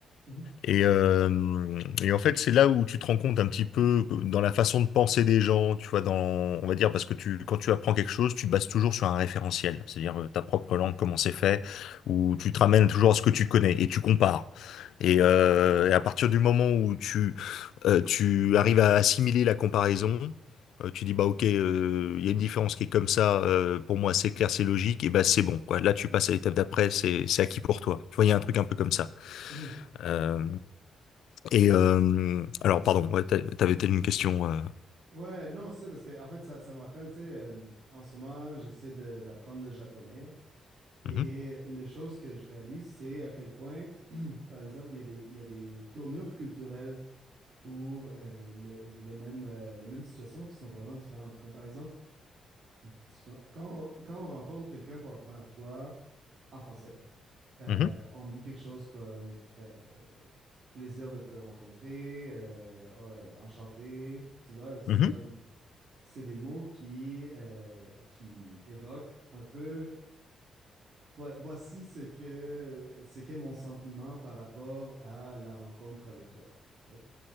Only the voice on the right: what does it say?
Mhm.
Mhm.
Ouais, non, c'est ça, parce que en fait, ça, ça me rappelle, tu sais, euh, en ce moment, j'essaie de- d'apprendre le japonais. Et
une des choses que je réalise, c'est à quel point, par exemple, il y a des, il y a des tournures culturelles pour euh, les, les mêmes, euh, les mêmes situations qui sont vraiment différentes. Comme par exemple, excuse-moi, quand on, quand on rencontre quelqu'un pour la première fois en français, euh,
on dit quelque chose comme euh, plaisir de te rencontrer, euh, euh, enchanté. Tu vois, c'est
comme c'est des mots qui, euh, qui évoquent un peu vo- voici ce que ce qu'est mon sentiment par rapport à la rencontre avec toi. tu sais.